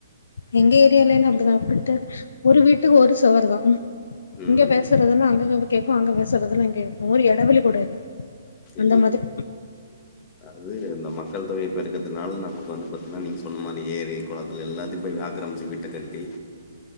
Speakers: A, on the left; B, on the left.
A: எங்க ஏரியாலேல்லா அப்டிதா அங்குட்டு ஒரு வீட்டுக்கு ஒரு சுவர் தா
B: ம்
A: இங்க பேசுறதுலா அங்க கேக் கேக்கு அங்க பேசுறதுலா இங்க கேக்கு ஒரு எடவெளி கூட இல்ல அந்த
B: இல்ல
A: மாதிரி
B: அது இந்த மக்கள் தொகை பெருக்கத்துனால நமக்கு வந்து பாத் திங்னா நீங்க சொன்ன மாரியே ஏரி கொளத்துல எல்லாத்தையு போய் ஆக்கிரமிச்சி வீட்ட கட்டி